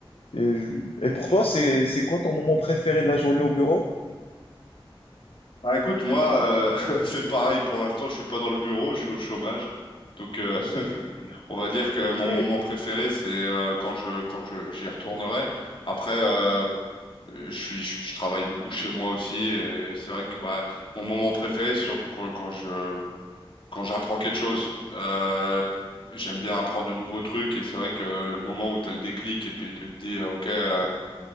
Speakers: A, on the left (about 85°); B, on the left (about 60°).
A: Et, je- et pour toi, c'est, c'est quoi ton moment préféré de la journée au bureau?
B: Bah écoute, moi, euh, <laughs> c'est pareil pour l'instant, je suis pas dans le bureau, je suis au chômage. Donc, euh, on va dire que
A: Ok,
B: mon moment préféré, c'est euh, quand je, quand je, j'y retournerai. Après, euh, je suis, je, je travaille beaucoup chez moi aussi, et c'est vrai que bah, mon moment préféré, c'est surtout quand, quand je, quand j'apprends quelque chose. Euh, j'aime bien apprendre de nouveaux trucs et c'est vrai que le moment où tu as le déclic et puis tu te dis euh, OK euh,